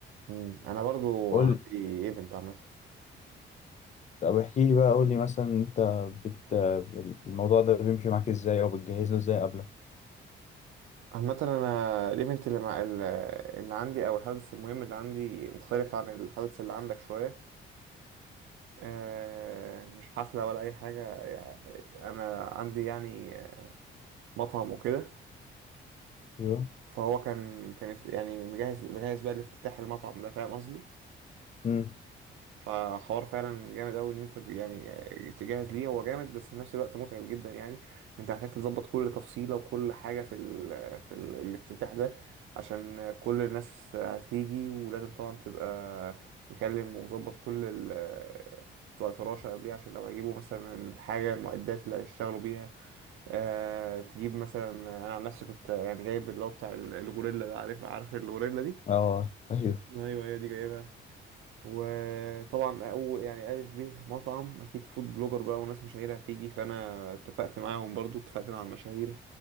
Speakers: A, on the right (about 85°); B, on the left (about 35°).
A: مم. انا برضو
B: قول
A: عندي ايفنت عامه
B: طب احكي لي بقى قول لي مثلا انت بت الموضوع ده بيمشي معاك ازاي او بتجهز له ازاي قبله
A: عامه انا الايفنت اللي مع ال- اللي عندي او الحدث المهم اللي عندي مختلف عن الحدث اللي عندك شويه آه، مش حفله ولا اي حاجه يعني انا عندي يعني مطعم وكده
B: ايوه
A: فهو كان كان يفت- يعني مجهز مجهز بقى لافتتاح المطعم ده فاهم قصدي
B: امم
A: فحوار فعلا جامد قوي ان انت ت- يعني تجهز ليه هو جامد بس في نفس الوقت متعب جدا يعني انت محتاج تظبط كل تفصيله وكل حاجه في ال في ال الافتتاح ده عشان كل الناس هتيجي ولازم طبعا تبقى مكلم ومظبط كل ال بتوع الفراشه قبليه عشان لو هيجيبوا مثلا الحاجه المعدات اللي هيشتغلوا بيها آه تجيب مثلا انا عن نفسي كنت يعني جايب اللي هو بتاع ال- الغوريلا ده عارف عارف الغوريلا دي
B: اه ايوه
A: ايوه ايوه دي جايبها وطبعا اول يعني الف ب مطعم اكيد فود بلوجر بقى وناس مشاهير هتيجي فانا اتفقت معاهم برضو اتفقت مع المشاهير